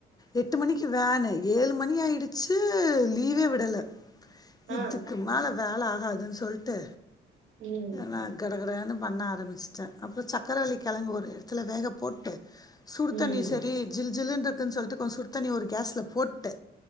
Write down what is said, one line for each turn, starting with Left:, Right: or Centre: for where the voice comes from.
Left: எட்டு மணிக்கு வேனு ஏழு மணி ஆயிடுச்சு லீவே விடல
Right: ஆ
Left: இதுக்கு மேல வேல ஆகாதுன் சொல்ட்டு
Right: ம்
Left: நா கடகடன்னு பண்ண ஆரம்பிச்சட்டே அப்றோ சக்கர வள்ளிக் கெழங்கு ஒரு எடத்துல வேக போட்டு சுடு
Right: ம்
Left: தண்ணி சரி ஜில் ஜில்லுனு இருக்குன்னு சொல்ட்டு கொச சுடு தண்ணி ஒரு கேஸ்ல போட்டு